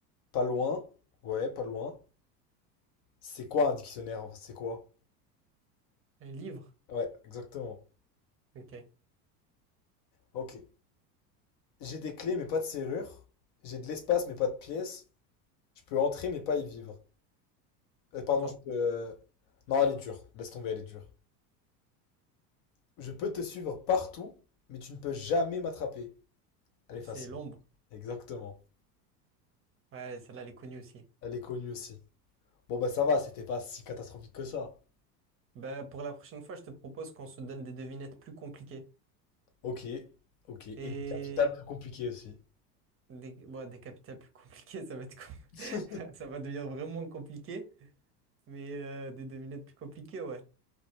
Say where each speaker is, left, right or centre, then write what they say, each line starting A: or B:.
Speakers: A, on the left; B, on the right.
A: Pas loin. Ouais, pas loin. C'est quoi un dictionnaire? C'est quoi?
B: Un livre.
A: Ouais, exactement.
B: Ok.
A: Ok. J'ai des clés mais pas de serrure. J'ai de l'espace mais pas de pièces. Je peux entrer mais pas y vivre. Euh, pardon,
B: Attends,
A: je peux... euh, Non, elle est dure. Laisse tomber, elle est dure. Je peux te suivre partout, mais tu ne peux jamais m'attraper. Elle est facile.
B: c'est l'ombre.
A: Exactement.
B: Ouais, celle-là, elle est connue aussi.
A: Elle est connue aussi. Bon bah ça va, c'était pas si catastrophique que ça.
B: Bah, pour la prochaine fois, je te propose qu'on se donne des devinettes plus compliquées.
A: Ok, ok. Et
B: Et
A: des capitales plus compliquées aussi.
B: des, bon, des capitales plus compliquées, <laughs> ça va être com-
A: <laughs>
B: <laughs> ça va devenir vraiment compliqué. Mais euh, des devinettes plus compliquées, ouais.